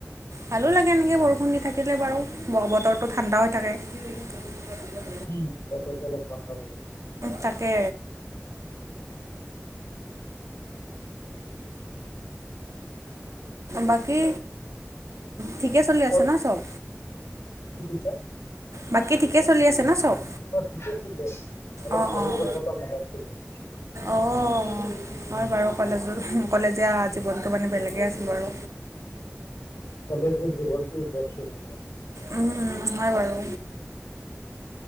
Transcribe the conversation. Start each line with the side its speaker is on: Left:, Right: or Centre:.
Right: ভালো লাগে এনেকে বৰষুণ দি থাকিলে বাৰু, বতৰটো ঠাণ্ডা হৈ থাকে। <unintelligible>
Left: উম, বতৰটো অলপ ঠাণ্ডা হৈ আছে।
Right: তাকে। বাকী, ঠিকে চলি আছে
Left: ক'ত
Right: ন' চব?
Left: কি কৈছা?
Right: বাকী ঠিকে চলি আছে ন' চব?
Left: অ ঠিকে চলি আছে অলপ
Right: অ অ'।
Left: কলেজৰ কথা মনত পৰি আছে
Right: অঁ, হয় বাৰু কলেজত কলেজীয়া জীৱন সেইটো মানে বেলেগে আছিলোঁ বাৰু।
Left: কলেজৰ জীৱনটো ব্যস্ত জীৱন।
Right: উম উম, হয় বাৰু।